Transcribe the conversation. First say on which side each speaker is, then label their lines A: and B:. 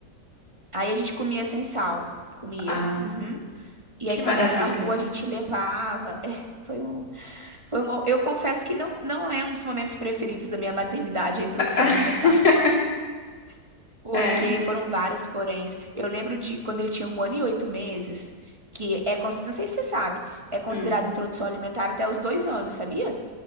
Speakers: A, on the right; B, on the left.
A: Aí a gente comia sem sal. Comia.
B: Ah,
A: Uhum. E
B: que
A: aí, quando
B: maravilha.
A: era na rua, a gente levava. É, foi um, foi um. Eu confesso que não, não é um dos momentos preferidos da minha maternidade, a introdução
B: <laughs>
A: alimentar. <laughs> Porque
B: É.
A: foram vários poréns. Eu lembro de quando ele tinha um ano e oito meses, que é. cons- Não sei se você sabe, é considerado
B: Hum.
A: introdução alimentar até os dois anos, sabia?